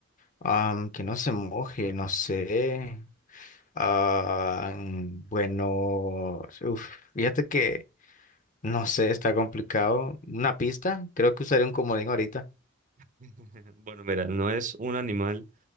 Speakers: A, on the left; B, on the right.
A: Am, que no se moje, no sé. Ah, bueno, uf, fíjate que no sé, está complicado. Una pista, creo que usaría un comodín ahorita.
B: <laughs> Bueno, mira, no es un animal,